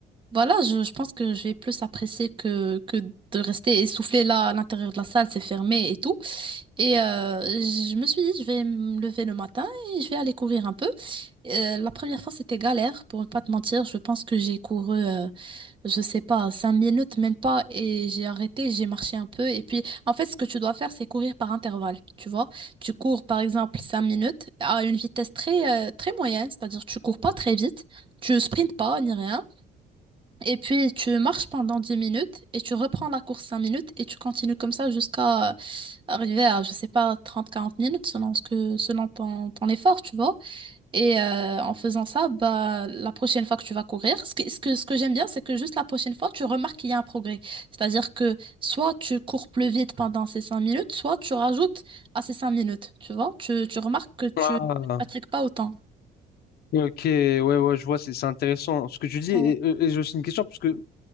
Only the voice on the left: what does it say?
Ah,
ok, ouais, ouais, je vois, c'est c'est intéressant ce que tu dis.
Et, et- et j'ai aussi une question, parce que